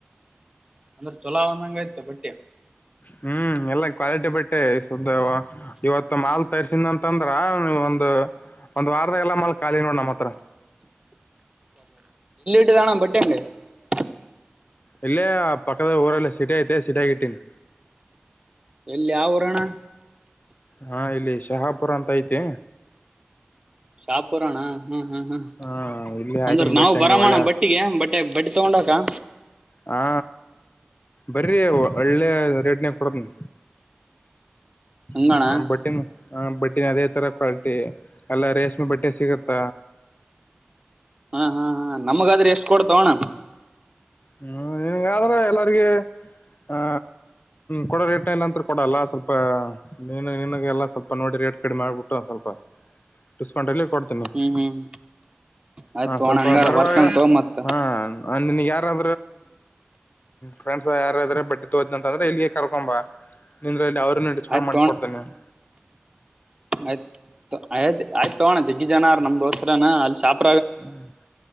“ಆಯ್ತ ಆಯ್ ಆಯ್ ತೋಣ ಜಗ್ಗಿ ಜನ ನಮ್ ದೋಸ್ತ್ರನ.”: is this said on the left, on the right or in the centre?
Right